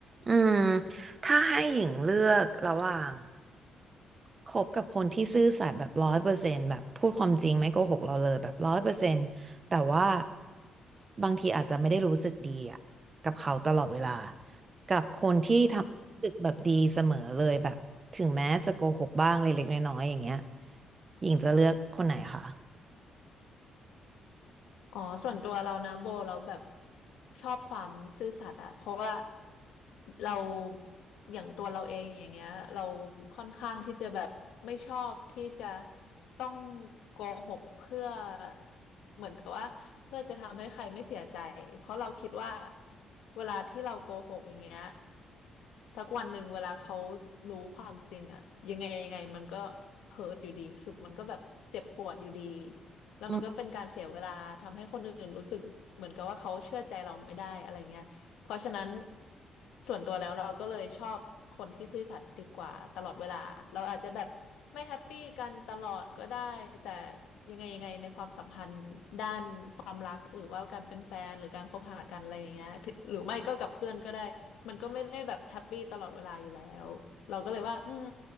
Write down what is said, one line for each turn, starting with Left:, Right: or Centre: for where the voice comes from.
Right: อืมถ้าให้หญิงเลือกระหว่างคบกับคนที่ซื่อสัตย์แบบร้อยเปอร์เซ็นต์แบบพูดความจริงไม่โกหกเราเลยแบบร้อยเปอร์เซ็นต์แต่ว่าบางทีอาจจะไม่ได้รู้สึกดีอ่ะกับเขาตลอดเวลากับคนที่ทำให้รู้สึกแบบดีเสมอเลยแบบถึงแม้จะโกหกบ้างเล็กๆน้อยๆอย่างเงี้ย
Left: อืม
Right: หญิงจะเลือกคนไหนคะ
Left: อ๋อส่วนตัวเรานะโบเราแบบชอบความซื่อสัตย์อะเพราะว่าเราอย่างตัวเราเองอย่างเงี้ยเราค่อนข้างที่จะแบบไม่ชอบที่จะต้องโกหกเพื่อเหมือนกับว่าเพื่อจะทำให้ใครไม่เสียใจเพราะเราคิดว่าเวลาที่เราโกหกอย่างเงี้ยสักวันหนึ่งเวลาเขารู้ความจริงอะยังไงยังไงมันก็เฮิร์ตอยู่ดีคือมันก็แบบเจ็บปวดอยู่ดี แล้วมันก็เป็นการเสียเวลาทำให้คนอื่นรู้สึกเหมือนกับว่าเขาเชื่อใจเราไม่ได้อะไรเงี้ยเพราะฉะนั้น
Right: อืม
Left: ส่วนตัวแล้วเราก็เลยชอบคนที่ซื่อสัตย์ดีกว่าตลอดเวลาเราอาจจะแบบไม่แฮปปี้กันตลอดก็ได้แต่ยังไงยังไงในความสัมพันธ์ด้านความรักหรือว่าการเป็นแฟนหรือการคบหากันอะไรอย่างเงี้ยถึหรือไม่ก็กับเพื่อนก็ได้ มันก็ไม่ได้แบบแฮปปี้ตลอดเวลาอยู่แล้ว เราก็เลยว่าอืม